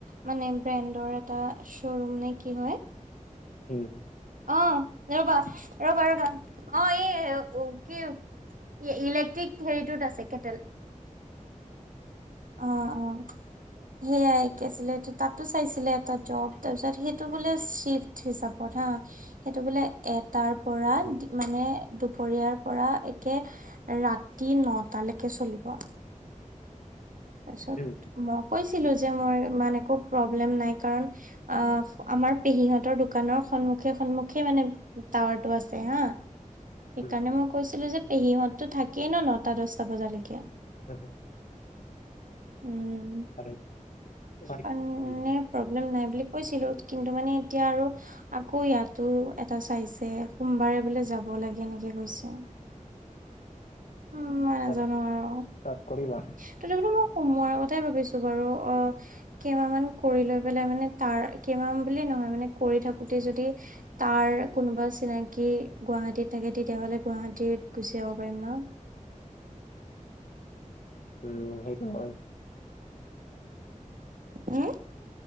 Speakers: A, on the right (about 80°); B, on the left (about 70°).
A: মানে ব্ৰেণ্ডৰ এটা শ্ব'ৰুম নে কি হয়।
B: উম।
A: অ ৰ'বা ৰ'বা ৰ'বা অ এই কি ই-ইলেক্ট্ৰিক হেৰিটোত আছে কেটেল। অ অ। সেয়াই একে আছিলে, তাতো চাইছিলে এটা জব তাৰপিছত সেইটো বোলে চিফ্ট হিচাবত হা। সেইটো বোলে এটাৰ পৰা
B: উম,
A: মানে দুপৰীয়াৰ পৰা একে ৰাতি নটালৈকে চলিব। তাৰপিছত
B: উম,
A: মই কৈছিলো যে মোৰ ইমান একো প্ৰব্লেম নাই কাৰণ আহ আমাৰ পেহীহঁতৰ দোকানৰ সন্মুখে সন্মুখে মানে টাৱাৰটো আছে হা। সেইকাৰণে
B: উম,
A: মই কৈছিলো যে পেহীহঁতো থাকেই ন নটা দহটা বজালৈকে
B: <inaudible>
A: উম
B: আৰু তাত
A: মানে
B: উম,
A: প্ৰব্লেম নাই বুলি কৈছিলো কিন্তু মানে এতিয়া আৰু আকৌ ইয়াতো এটা চাইছে, সোমবাৰে বোলে যাব লাগে এনেকে কৈছে। উ মই নাজানো
B: তাত
A: আৰু।
B: তাত কৰিবা
A: তথাপিতো মই সোমুৱাই কথাই ভাবিছো বাৰু অ কেইমাহ মান কৰি লৈ পেলাই মানে তাৰ কেইমাহ মান বুলি নহয় মানে কৰি থাকোতে যদি তাৰ কোনোবা চিনাকি গুৱাহাটীত থাকে তেতিয়াহ'লে গুৱাহাটীত গুচি যাব পাৰিম ন।
B: উম সেইটো হয়।
A: হুম?